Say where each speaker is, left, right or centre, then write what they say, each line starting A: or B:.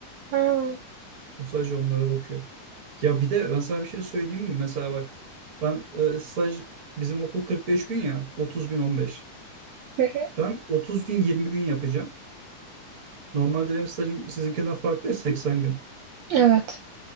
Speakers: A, on the right; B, on the right.
A: Ha. <laughs>
B: O sadece onlara bakıyor. Ya bir de ben sana bir şey söyleyeyim mi? Mesela bak ben e, staj bizim okul 45 gün ya. 30 gün 15.
A: hı hı.
B: Ben 30 gün 20 gün yapacağım. Normalde benim stajım sizinkinden farklı ya, 80 gün.
A: Evet.